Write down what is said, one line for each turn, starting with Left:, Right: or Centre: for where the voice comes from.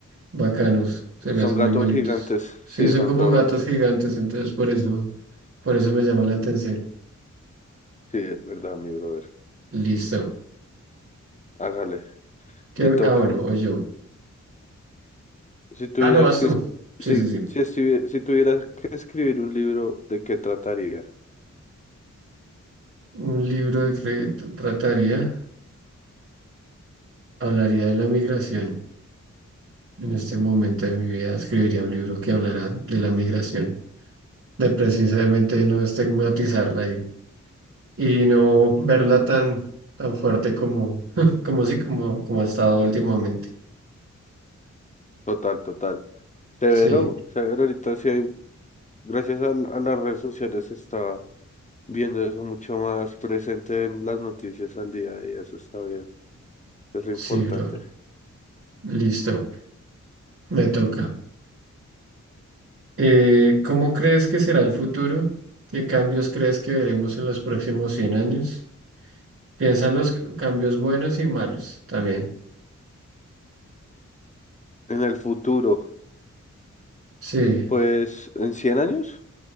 Right: bacanos, se
Left: son
Right: me hacen
Left: gatos
Right: muy bonitos.
Left: gigantes,
Right: Sí,
Left: sí,
Right: son
Left: son
Right: como
Left: re bonitos.
Right: gatos gigantes, entonces por eso, por eso me llama la atención.
Left: Sí, es verdad, mi brother.
Right: Listo.
Left: Hágale,
Right: ¿Qué?
Left: me toca.
Right: Ah, bueno, o yo.
Left: Si tuvieras
Right: Ah, no, vas
Left: que,
Right: tú.
Left: es-
Right: Sí,
Left: sí,
Right: sí, sí.
Left: si, estuvi- si tuvieras que escribir un libro, ¿de qué trataría?
Right: Un libro de crédito trataría, hablaría de la migración. En este momento de mi vida escribiría un libro que hablará de la migración, de precisamente no estigmatizarla y, y no verla tan, tan fuerte como, <laughs> como sí, como, como ha estado últimamente.
Left: Total, total. Severo,
Right: Sí.
Left: severo, ahorita sí hay gracias al- a, las redes sociales se está viendo eso mucho más presente en las noticias al día a día, eso está bien, es re
Right: Sí,
Left: importante.
Right: bro. Listo. Me toca. Eh, ¿cómo crees que será el futuro? ¿Qué cambios crees que veremos en los próximos 100 años? Piensa en los cambios buenos y malos también.
Left: En el futuro,
Right: Sí,
Left: pues en 100 años,